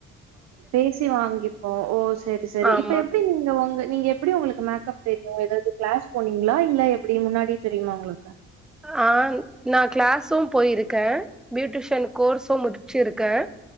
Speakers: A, on the right; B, in the centre.
A: பேசி வாங்கிப்போம் ஓ செரி செரி
B: ஆமா
A: இப்ப எப்டி நீங்க உங்க நீங்க எப்டி உங்களுக்கு மேக் தெரியும் ஏதாவது கிளாஸ் போனீங்களா இல்ல எப்டி முன்னாடி தெரியுமா உங்களுக்கு
B: ஆஹ் நான் கிளாசும் போயிருககேன் பியூட்டிஷன் கோர்ஸும் முடிச்சிருக்கேன்